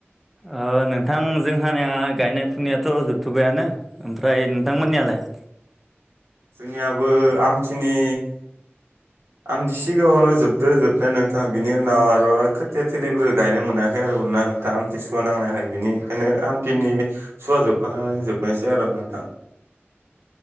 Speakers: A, in the centre; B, on the right.
A: ओ नोंथांजोंहानिया गायनाय फुनायाथ' जोबथ'बायानो ओमफ्राय नोंथांमोननियालाय?
B: जोंनियाबो आमथिनि आमथि सिगाङावनो जोबदो जोबनाया नोंथां बिनि उनाव आरो खोथिया थोलिफोरबो गायनो मोनाखै आरो मोन ना नोंथां आमथि सुवा नांनायखाय बिनि ओंखायनो आमथिनि सुवा जोबखांनानै जोबनायसै आरो नोंथां।